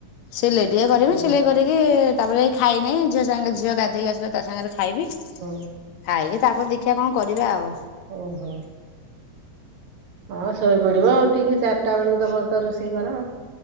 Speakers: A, on the left; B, on the right.
A: ସିଲେଇ ଟିକେ କରମି
B: ଓ
A: ସିଲେଇ କରିକି ଏ ତାପରେ ଖାଇନେଇଁ ଝିଅ ସାଙ୍ଗେ ଝିଅ ଗା ଧେଇକି ଆସିଲେ ତା ସାଙ୍ଗରେ ଖାଇବି
B: ଓ
A: ଖାଇକି ତାପରେ ଦେଖିଆ କଣ କରିବା ଆଉ?
B: ଓହୋ। ଓ ଶୋଇପଡିବ ଉଠିକି ଚାରଟା ବେଳକୁ ତମର ତ ରୋଷେଇ କର ଆଉ।